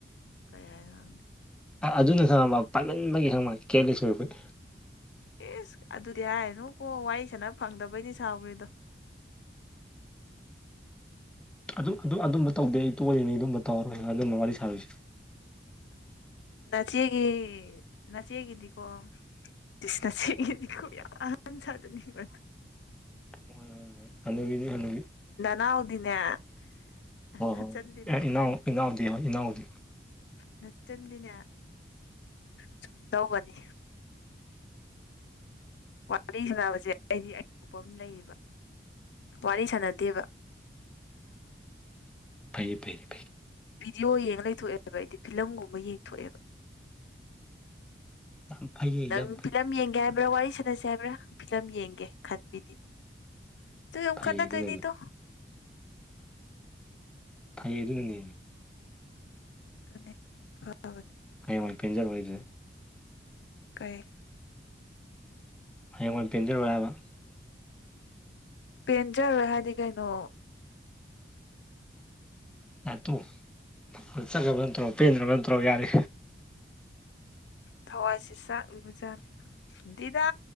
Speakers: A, on the left; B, in the centre.
A: ꯀꯩ ꯍꯥꯏꯅꯣ ꯈꯪꯗꯦ
B: ꯑꯗꯨꯅ ꯈꯪꯉꯕ ꯄꯥꯏꯃꯟꯕꯒꯤ ꯈꯪꯉꯕ ꯀꯦꯌꯔꯂꯦꯁ ꯑꯣꯏꯔꯛꯄꯩ
A: ꯏꯁ ꯑꯗꯨꯗꯤ ꯍꯥꯏꯔꯅꯨꯕꯣ ꯋꯥꯔꯤ ꯁꯥꯟꯅ ꯐꯪꯗꯕꯩꯅꯤ ꯁꯥꯎꯒ꯭ꯔꯤꯗꯣ
B: ꯑꯗꯨ ꯑꯗꯨ ꯑꯗꯨꯝꯕ ꯇꯧꯗꯦ ꯑꯩ ꯇꯣꯔꯤꯅꯤ ꯑꯗꯨꯝꯕ ꯇꯧꯔꯣꯏ ꯑꯗꯨꯝꯕ ꯋꯥꯔꯤ ꯁꯥꯔꯣꯏꯁꯦ
A: ꯅꯥꯆꯦꯒꯤ ꯅꯆꯦꯒꯤꯗꯤꯀꯣ ꯏꯁ ꯅꯆꯦꯒꯤꯗꯤꯀꯣ ꯌꯥꯝ ꯑꯍꯟ ꯁꯥꯖꯅꯤꯡꯕꯗꯣ
B: ꯍꯣꯏ ꯍꯣꯏ ꯍꯣꯏ ꯍꯅꯨꯕꯤꯅꯤ ꯍꯅꯨꯕꯤ
A: ꯅꯅꯥꯎꯗꯤꯅꯦ
B: ꯍꯣꯏ
A: ꯅꯆꯟꯗꯤꯅꯦ
B: ꯍꯣꯏ ꯑꯦ ꯏꯅꯥꯎ ꯏꯅꯥꯎꯗꯤ ꯍꯣꯏ ꯏꯅꯥꯎꯗꯤ
A: ꯅꯆꯟꯗꯤꯅꯦ ꯁꯨꯝꯗꯧꯕꯅꯤ ꯋꯥꯔꯤ ꯁꯅꯕꯁꯦ ꯑꯩꯗꯤ ꯑꯩꯊꯣꯛꯄ ꯑꯃ ꯂꯩꯌꯦꯕ ꯋꯥꯔꯤ ꯁꯥꯟꯅꯗꯦꯕ
B: ꯐꯩꯌꯦ ꯐꯩ ꯐꯩ
A: ꯕꯤꯗꯤꯑꯣ ꯌꯦꯡꯉ ꯂꯩꯊꯣꯛꯑꯦꯕ ꯑꯩꯗꯤ ꯐꯤꯂꯝꯒꯨꯝꯕ ꯌꯦꯡꯊꯣꯛꯑꯦꯕ
B: ꯌꯥꯝ ꯐꯩꯌꯦ
A: ꯅꯪ
B: ꯌꯥꯝ ꯐꯩ
A: ꯐꯤꯂꯝ ꯌꯦꯡꯒꯦ ꯍꯥꯏꯕ꯭ꯔꯥ ꯋꯥꯔꯤ ꯁꯥꯟꯅꯁꯦ ꯍꯥꯏꯕ꯭ꯔꯥ ꯐꯤꯂꯝ ꯌꯦꯡꯒꯦ ꯈꯟꯕꯤꯅꯤꯕ ꯑꯗꯨꯏ ꯑꯃꯨꯛ
B: ꯐꯩꯌꯦ
A: ꯈꯠꯅꯗꯣꯏꯅꯤꯗꯣ
B: ꯑꯗꯨꯅꯅꯤ ꯐꯩꯌꯦ ꯑꯗꯨꯅꯅꯦ
A: ꯑꯗꯨꯅꯦ ꯐꯕꯅꯤ
B: ꯍꯌꯦꯡꯋꯥꯏ ꯄꯦꯟꯖꯔꯣꯏ ꯗꯨꯗꯤ
A: ꯀꯩ
B: ꯍꯌꯦꯡꯌꯥꯏ ꯄꯦꯟꯖꯔꯣꯏ ꯍꯥꯏꯕ
A: ꯄꯦꯟꯖꯔꯦꯏ ꯍꯥꯏꯗꯤ ꯀꯩꯅꯣ
B: ꯌꯔꯦ ꯇꯣꯛꯑꯣ ꯆꯠꯈ꯭ꯔꯕ ꯅꯠꯇ꯭ꯔꯣ ꯄꯦꯟꯗ꯭ꯔꯕ ꯅꯠꯇ꯭ꯔꯣ ꯌꯥꯔꯦ
A: ꯊꯋꯥꯏꯁꯤ ꯆꯥꯛꯂꯤꯕꯖꯥꯠꯅꯤ ꯗꯤꯗꯥ